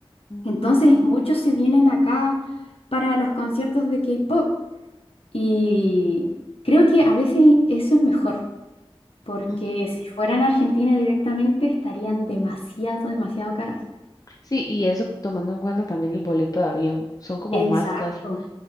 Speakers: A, on the left; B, on the left.
A: Mm,
B: Entonces Ujú. muchos se vienen acá para los conciertos de K-pop y creo que a veces eso es mejor, porque
A: mm.
B: si fueran a Argentina directamente estarían demasiado, demasiado caras.
A: Sí, y eso tomando en cuenta también el boleto de avión, son como
B: Exacto,
A: máscas,